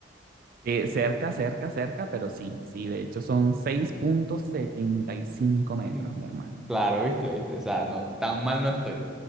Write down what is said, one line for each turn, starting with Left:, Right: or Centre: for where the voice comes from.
Right: Sí, cerca, cerca, cerca, pero sí, sí, de hecho son seis punto setenta y cinco metros,
Centre: Mm,
Right: mi hermano.
Centre: Claro, viste, viste. O sea, no, tan mal no estoy.